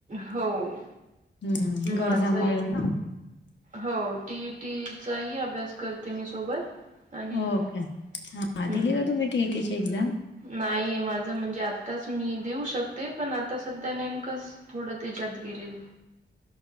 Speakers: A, on the right; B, on the left.
A: हो
B: हम्म
A: माझाही
B: घर सांभाळून ना.
A: हो टी ई टी ई चाही अभ्यास करते मी सोबत. आणि हा
B: ओके हा
A: हम्म
B: दिली
A: हम्म
B: का तुम्ही टीईटीची एक्झाम?
A: नाही माझं म्हणजे आताच मी देऊ शकते पण आता सध्या नेमकंच. थोडं त्याच्यात गेलेलं.